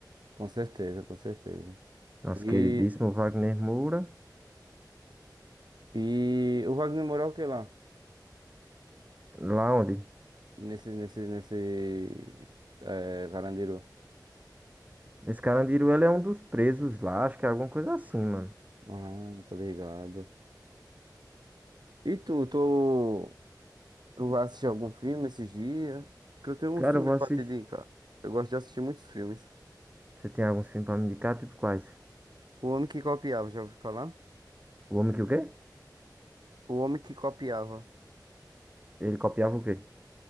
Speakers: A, on the right (about 70°); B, on the right (about 20°).
A: Com certeza, com certeza.
B: Nosso
A: E,
B: queridíssimo Wagner Moura.
A: e o Wagner Moura é o que lá?
B: Lá onde?
A: Nesse, nesse, nesse. É, Carandiru.
B: Esse Carandiru, ele é um dos presos lá. Acho que é alguma coisa assim, mano.
A: Ah, tô ligado. E tu, tu, tu vai assistir algum filme esses dias? Que eu tenho uns
B: Cara,
A: também
B: eu vou assistir.
A: pra te indicar. Eu gosto de assistir muitos filmes.
B: Você tem alguns filmes pra me indicar? Tipo quais?
A: O Homem que Copiava, já ouviu falar?
B: O Homem que o quê?
A: O Homem que Copiava.
B: Ele copiava o quê?